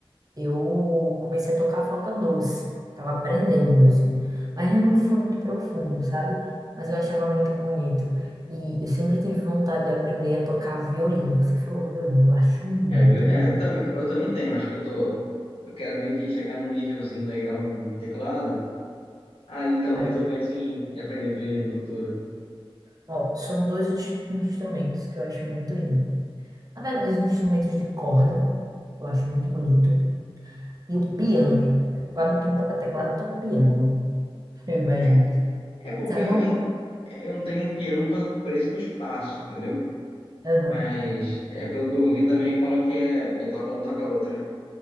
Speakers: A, on the right; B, on the left.
A: eu comecei a tocar flauta doce. Tava aprendendo, assim. Mas não foi muito profundo, sabe? Mas eu achava muito bonito. E eu sempre tive vontade de aprender a tocar violino. Você falou violino, eu acho muito
B: É, vi- é,
A: lindo.
B: eu também, eu também tenho, acho que eu tô, eu quero meio que chegar num nívelzinho legal em teclado, aí talvez
A: Aí,
B: eu pense em, em aprender violino no futuro.
A: ó, são dois ins- instrumentos que eu acho muito lindo. Na verdade, os instrumentos de corda, eu acho muito bonito. E o piano. Teclado, quem toca teclado, toca piano. né? Eu imagino.
B: É, é porque
A: Sabe
B: eu,
A: uma...
B: eu não tenho um piano por causa do preço do espaço, entendeu?
A: Aham,
B: Mas é pelo que eu ouvi também, falam que é quem toca um toca outro, né?